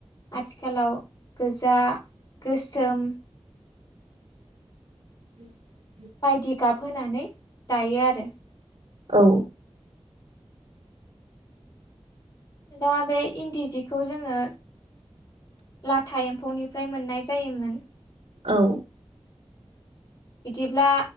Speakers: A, on the left (about 40°); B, on the right (about 85°).
A: आथिखालाव गोजा गोसोम।
B: <unintelligible>
A: बायदि गाब होनानै दायो आरो।
B: औ।
A: दा बे इन्दि जिखौ जोङो। लाथा एम्फौनिफ्राय मोननाय जायोमोन।
B: औ।
A: बिदिब्ला